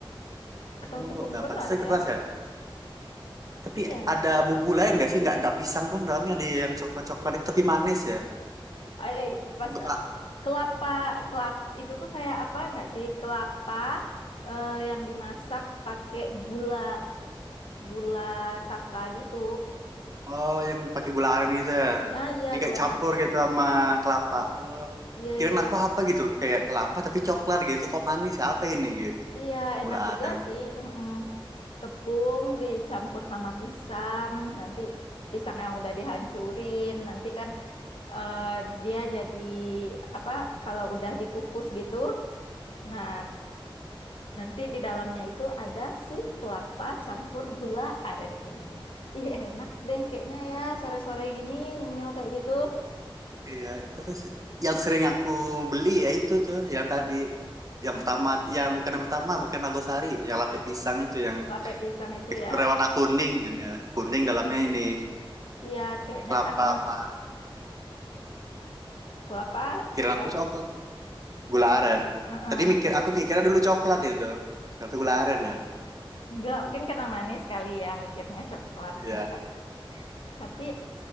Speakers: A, on the left; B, on the right.
A: atau
B: Oh,
A: tepung
B: nah,
A: beras
B: pantasnya keras
A: ya?
B: ya. Tapi
A: Iya.
B: ada bumbu lain gak sih? Nggak, nggak pisang doang dalamnya ada yang coklat-coklat itu tapi manis ya?
A: eh, eh, pas
B: Enggak.
A: eh, kelapa kelapa itu tuh kayak apa nggak sih kelapa eh, yang dimasak pakai gula gula saka gitu
B: Oh, yang pakai gula aren gitu ya. Di-
A: ah iya
B: Dicampur
A: gula
B: campur
A: aren
B: gitu sama
A: Mm-mm.
B: kelapa. Oh.
A: iya
B: Kirain
A: iya
B: aku apa gitu? Kayak kelapa tapi coklat gitu. Kok manis ya? Apa ini gitu?
A: iya enak
B: Gula
A: juga
B: aren.
A: sih Mm-mm. tepung dicampur sama pisang nanti pisang yang udah dihancurin nanti kan eh, dia jadi apa kalau udah dikukus gitu Nah, Nanti di dalamnya itu ada si kelapa campur gula aren ini. Ih, enak deh kayaknya ya sore-sore gini nyemil kayak gitu.
B: Iya, terus yang sering aku beli ya itu tuh yang tadi yang
A: Hmm,
B: pertama yang bukan yang pertama bukan nagosari yang lapis pisangnya tuh yang
A: Kelapa pisang itu
B: teksturnya
A: ya.
B: warna kuning kan ya kuning dalamnya ini
A: Iya, kayaknya
B: kelapa
A: karena
B: sama
A: kelapa
B: kirain
A: kelapa
B: aku coklat gula aren
A: Heeh.
B: tadi mikir aku mikirnya dulu coklat itu ternyata gula aren ya
A: Enggak, mungkin karena manis kali ya mikirnya coklat.
B: iya
A: Enggak. Tapi